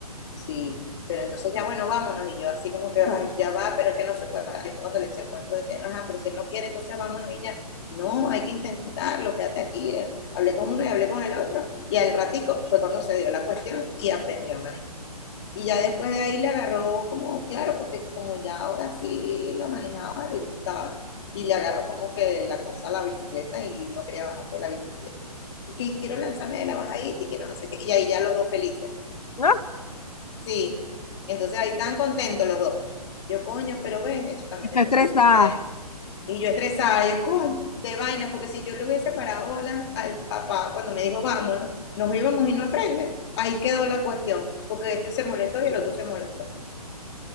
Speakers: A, on the left (about 45°); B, on the left (about 75°).
A: Sí, pero entonces ya bueno, vámonos, y yo así como que "Ay, ya va, pero es que no se puede, cuando le eché el cuento de que, ajá, pero si él no quiere, entonces vámonos y ya, no, hay que intentarlo, quédate aquí, eh". hablé con uno y hablé con el otro, y al ratico fue cuando se dio la cuestión y aprendió a manejar. Y ya después de ahí le agarró como, claro, porque como ya ahora sí la manejaba, le gustaba, y le agarró como que la cosa a la bicicleta y no quería bajarse de la bicicleta. Y que y quiero lanzarme de la bajadita y quiero no sé qué. Y ahí ya los dos felices.
B: no,
A: Sí. Entonces ahí estaban contentos los dos. Yo, coño, pero ven, eso también
B: está
A: después
B: estresada.
A: se lo dije a él. Y yo estresada, yo, coño, de vaina, porque si yo le hubiese parado bolas al papá cuando me dijo, vámonos, nos íbamos y no aprende, ahí quedó la cuestión, porque este se molestó y el otro se molestó.